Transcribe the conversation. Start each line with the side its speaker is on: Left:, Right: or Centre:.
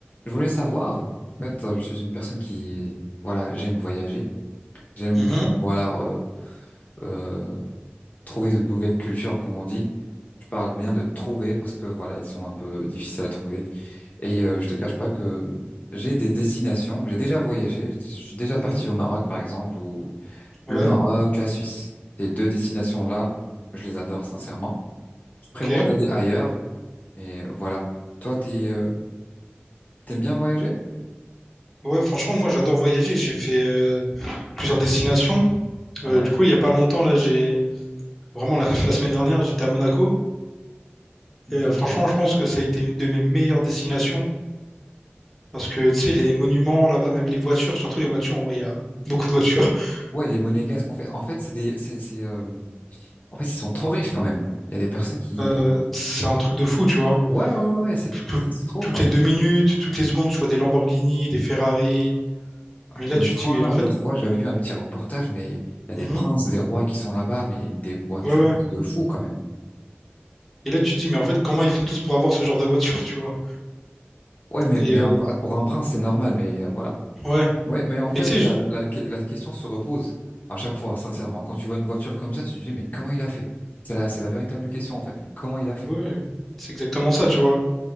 Left: Je voulais savoir, en fait, euh, je suis une personne qui, voilà, j'aime voyager, j'aime,
Centre: Mhm,
Left: euh, voilà, euh, euh, trouver de nouvelles cultures, comme on dit. Je parle bien de trouver parce que, voilà, elles sont un peu difficiles à trouver. Et euh, je te cache pas que j'ai des destinations, j'ai déjà voyagé, je suis déjà
Centre: mhm,
Left: parti au Maroc, par exemple, ou
Centre: ouais,
Left: le Maroc, la Suisse. Ces deux destinations-là, je les adore, sincèrement. Je prévois
Centre: ok.
Left: d'aller ailleurs, mais voilà. Toi, t'es, euh, t'aimes bien voyager?
Centre: Ouais, franchement, moi j'adore voyager. J'ai fait euh, plusieurs destinations.
Left: Ah
Centre: Euh,
Left: ouais.
Centre: du coup, il y a pas longtemps, là, j'ai vraiment la, <laughs> la semaine dernière, j'étais à Monaco.
Left: D'accord.
Centre: Et euh, franchement, je pense que ça a été une de mes meilleures destinations parce que tu sais, les monuments là-bas, même les voitures, surtout les voitures, en vrai, il y a beaucoup de voitures. <laughs>
Left: Ouais, les monégasques, en fait, en fait, c'est des, c'est, c'est, euh, en fait, ils sont trop riches quand même. Il y a des personnes qui,
Centre: Euh, c'est un truc de fou, tu vois.
Left: ouais, ouais, ouais, ouais, c'est
Centre: Tout-
Left: c'est trop
Centre: toutes
Left: quand
Centre: les
Left: même.
Centre: deux minutes, toutes les secondes, tu vois des Lamborghini, des Ferrari.
Left: Ah,
Centre: Mais là,
Left: L'autre
Centre: tu dis,
Left: fois,
Centre: mais en fait,
Left: l'autre fois, j'avais vu un petit reportage, mais il y a
Centre: mhm,
Left: des princes, des rois qui sont là-bas, mais des voitures
Centre: ouais, ouais.
Left: de de fous quand même.
Centre: Et là, tu dis, mais en fait, comment ils font tous pour avoir ce genre de voiture, tu vois?
Left: Ouais, mais,
Centre: Et
Left: mais
Centre: euh,
Left: un- pour un prince, c'est normal, mais euh, voilà.
Centre: ouais.
Left: Ouais, mais en fait,
Centre: Mais tu
Left: la,
Centre: sais, je-
Left: la, la que- la question se repose à chaque fois, sincèrement. Quand tu vois une voiture comme ça, tu te dis, mais comment il a fait? C'est la, c'est la véritable question, en fait. Comment il a fait?
Centre: ouais, c'est exactement ça, tu vois.